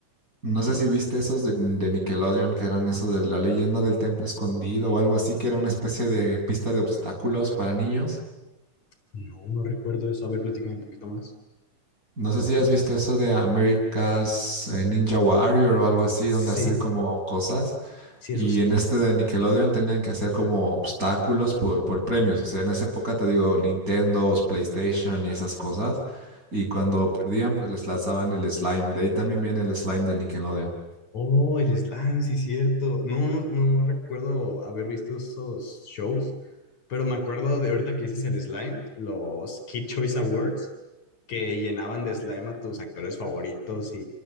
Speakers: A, on the right (about 25°); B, on the left (about 60°).
A: No sé si viste esos de, de Nickelodeon que eran eso de la leyenda del templo escondido o algo así, que era una especie de pista de obstáculos para niños.
B: No, no recuerdo eso. A ver, platícame un poquito más.
A: No sé si has visto eso de America's eh, Ninja Warrior o algo así,
B: Sí,
A: donde hacen como cosas.
B: sí,
A: Y
B: eso sí.
A: en este de Nickelodeon tenían que hacer como obstáculos por, por premios. O sea, en esa época te digo Nintendo, PlayStation y esas cosas. Y cuando perdían, pues les lanzaban el slime. De ahí también viene el slime del Nickelodeon.
B: Oh, el slime, sí, cierto. No, no, no recuerdo haber visto esos shows, pero me acuerdo de ahorita que dices el slime, los Kid Choice Awards, que llenaban de slime a tus actores favoritos y,